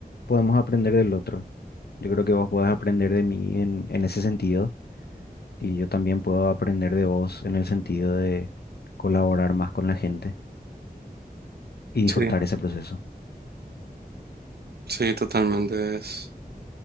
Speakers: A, on the left; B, on the right.
A: podemos aprender del otro. Yo creo que vos podés aprender de mí en, en ese sentido y yo también puedo aprender de vos en el sentido de colaborar más con la gente y disfrutar
B: Sí,
A: ese proceso.
B: sí, totalmente. Es,